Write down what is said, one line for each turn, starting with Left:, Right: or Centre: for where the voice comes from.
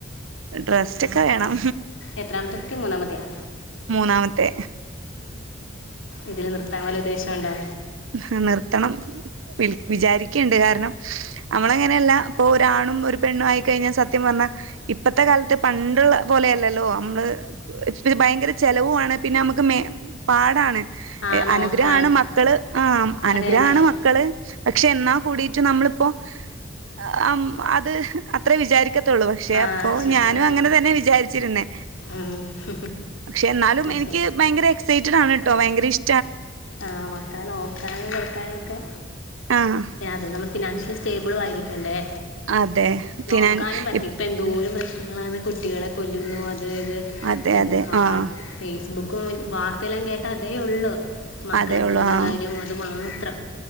Right: റെസ്റ്റൊക്കെ വേണം
Left: എത്രാമത്തെ കുട്ടി മൂന്നാമത്തെയാ
Right: മൂന്നാമത്തെ
Left: ഇതില് നിർത്താൻ വെല്ല ഉദ്ദേശം ഉണ്ടോ
Right: ഹാ നിർത്തണം വിചാരിക്കയുണ്ട് കാരണം നമ്മള് അങ്ങനെയല്ല ഇപ്പൊ ഒരാണും ഒരു പെണ്ണും ആയിക്കഴിഞ്ഞാൽ സത്യം പറ ഞ്ഞാൽ ഇപ്പത്തെ കാലത്ത് പണ്ടുള്ള പോലെയല്ലല്ലോ നമ്മള് ഭയങ്കര ചെലവുവാണ് പിന്നെ നമുക്ക് മെ പാടാണ്
Left: ആ നോക്കാൻ
Right: അനുഗ്രഹാണ് മക്കള് ആഹ് അനുഗ്രഹമാണ്
Left: അതെ അതെ
Right: മക്കള് പക്ഷെ എന്നാ കൂടീട്ട് നമ്മളിപ്പോ ആഹ് അം അത് അത്രയും വിചാരി ത്തുള്ളൂ പക്ഷെ
Left: ആ
Right: അപ്പൊ
Left: ശരിയാണ്
Right: ഞാനും അങ്ങനെ തന്നെയാ വിചാരിച്ചിരുന്നേ
Left: ഉം
Right: പക്ഷെ എന്നാലും
Left: പക്ഷേ
Right: എനിക്ക് ഭയങ്കര എക്സൈറ്റഡ് ആണ് കേട്ടോ ഭയങ്കര ഇഷ്
Left: ആഹ് മക്കളെ നോക്കാനും എടുക്കാനും ഒക്കെ
Right: ആഹ്
Left: അതേ നമ്മള് ഫിനാൻഷ്യലി സ്റ്റേബിളും ആയിരിക്കണ്ടേ
Right: അതെ ഫിനാൻ
Left: നോക്കാനും പറ്റി
Right: ഇപ്
Left: ഇപ്പം എന്തോരു പ്രശ് നങ്ങളാണ് കുട്ടികളെ കൊല്ലുന്നു അത് ഇത്
Right: അതെ
Left: <unintelligible>
Right: അതെ ആഹ്
Left: ബുക്കും വാർത്തയെല്ലാം കേട്ടാ അതേ ഉള്ളു മക്കളെ
Right: അതേ
Left: കൊല്ലുന്ന
Right: ഒള്ളൂ ആഹ്
Left: കാര്യവും അത് മാത്രം